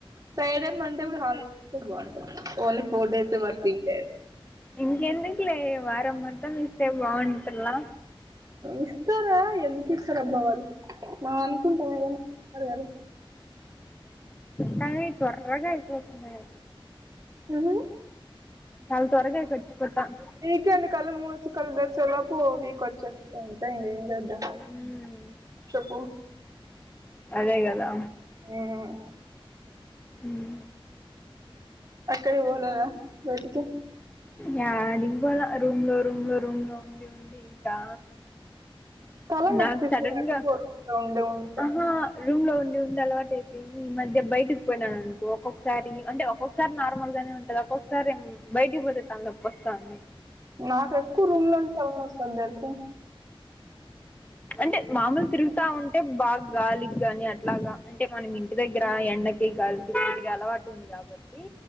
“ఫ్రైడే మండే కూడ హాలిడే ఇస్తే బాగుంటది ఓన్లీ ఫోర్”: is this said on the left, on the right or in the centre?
Right